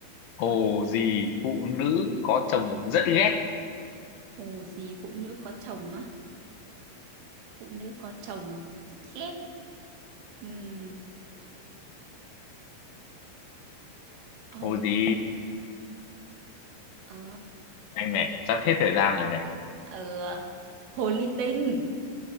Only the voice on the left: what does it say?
hồ
gì phụ nữ có chồng rất ghét
hồ gì
anh này sắp hết thời gian rồi này